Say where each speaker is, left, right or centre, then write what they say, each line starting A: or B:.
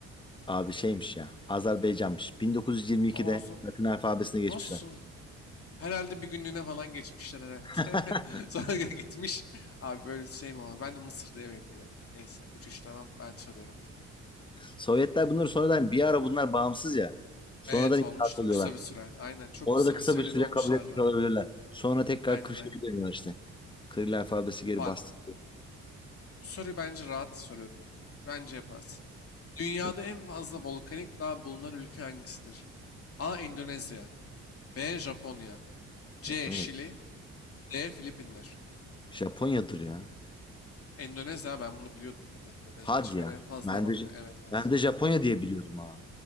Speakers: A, on the left; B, on the left.
A: Abi şeymiş ya. Azerbaycanmış. 1922'de
B: Ama o zor.
A: Latin alfabesine geçmişler.
B: Nasıl? Herhalde bir günlüğüne falan geçmişler herhalde.
A: <laughs>
B: <laughs> Sonra gitmiş. Abi böyle bir şey mi olur? Ben de Mısır diye bekledim. Neyse 3-3 tamam ben soruyorum.
A: Sovyetler bunları sonradan bir ara bunlar bağımsız ya. Sonradan
B: Evet
A: inkılap
B: olmuştur
A: oluyorlar.
B: kısa bir süre. Aynen çok
A: Orada
B: kısa
A: kısa
B: bir süreyle
A: bir süre
B: ne olmuşlardı.
A: kabul etmiş olabilirler. Sonra tekrar
B: Aynen
A: Kırşehir'e
B: aynen.
A: dönüyorlar işte. Kiril alfabesi geri
B: Bak
A: bastı.
B: bu soruyu bence rahat soruyorum. Bence yaparsın. Dünyada
A: Hı,
B: en fazla volkanik dağ bulunan ülke hangisidir? A. Endonezya B. Japonya
A: Japonya.
B: C. Şili D. Filipinler.
A: Japonya'dır ya.
B: Endonezya ben bunu biliyordum burada. Endonezya
A: Hadi
B: çıkar
A: ya.
B: en fazla
A: Ben
B: volkan.
A: de,
B: Evet evet.
A: ben de Japonya diye biliyordum ha.